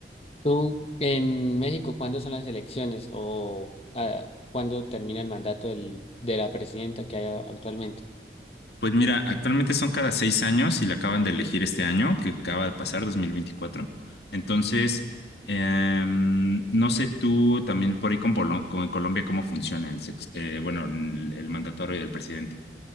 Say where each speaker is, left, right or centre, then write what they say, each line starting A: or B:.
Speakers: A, on the left; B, on the left.
A: ¿Tú en México cuándo son las elecciones o ah, cuándo termina el mandato del, de la presidenta que hay a- actualmente?
B: Pues mira, actualmente son cada seis años y la acaban de elegir este año, que acaba de pasar, 2024, Entonces, em, no sé tú también por ahí con, Polo- con Colombia cómo funciona el, sex- eh, bueno, el el mandatorio del presidente.